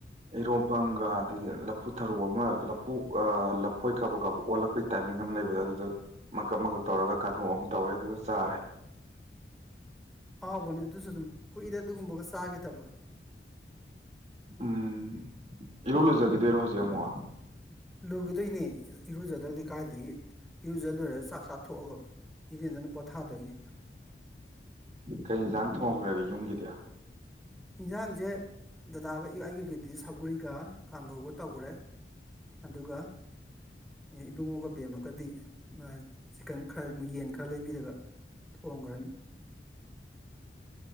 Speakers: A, on the right; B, in the centre.
A: ꯏꯔꯣꯐꯝꯒ ꯑꯗꯒꯤ ꯂꯐꯨ ꯊꯔꯨ ꯑꯃ ꯂꯐꯨ ꯍꯣꯏ ꯀꯕ ꯀꯕ ꯑꯣꯜꯂꯛꯄꯒꯤ ꯇꯥꯏꯃꯤꯡ ꯑꯃ ꯂꯩꯕꯗꯣ ꯑꯗꯨꯗ ꯃꯀꯞ ꯃꯀꯛ ꯇꯧꯔꯒ ꯀꯥꯡꯈꯣꯡ ꯑꯃ ꯇꯧꯔꯦ ꯑꯗꯨꯒ ꯆꯥꯔꯦ
B: ꯍꯥꯎꯕꯅꯦ ꯑꯗꯨꯁꯨ ꯑꯗꯨꯝ ꯀꯨꯏꯗ ꯑꯗꯨꯒꯨꯝꯕꯒ ꯆꯥꯈꯤꯗꯕ
A: ꯎꯝ ꯏꯔꯨ ꯂꯣꯏꯖꯈꯤꯗꯣꯏꯔꯣ ꯍꯧꯖꯤꯛ ꯑꯃꯨꯛ
B: ꯂꯣꯏꯈꯤꯗꯣꯏꯅꯤ ꯏꯔꯨꯖꯗ꯭ꯔꯗꯤ ꯀꯥꯏꯗꯒꯤ ꯏꯔꯨꯖ ꯂꯣꯏꯔꯒ ꯆꯥꯛ ꯆꯥꯊꯣꯛꯑꯒ ꯏꯔꯦꯟꯗꯅ ꯄꯣꯊꯥꯗꯣꯏꯅꯤ
A: ꯀꯩ ꯌꯦꯟꯁꯥꯡ ꯊꯣꯡꯈ꯭ꯔꯒꯦ ꯌꯨꯝꯒꯤꯗꯤ
B: ꯏꯟꯁꯥꯡꯁꯦ ꯗꯗꯥꯒ ꯑꯩꯒꯒꯤꯗꯤ ꯁꯒꯔꯤꯒ ꯀꯥꯡꯈꯧꯒ ꯇꯧꯈ꯭ꯔꯦ ꯑꯗꯨꯒ ꯏꯕꯨꯡꯉꯣꯒ ꯕꯦꯝꯃꯒꯗꯤ ꯆꯤꯀꯟ ꯈꯔ ꯌꯦꯟ ꯈꯔ ꯂꯩꯕꯤꯔꯒ ꯊꯣꯡꯈ꯭ꯔꯅꯤ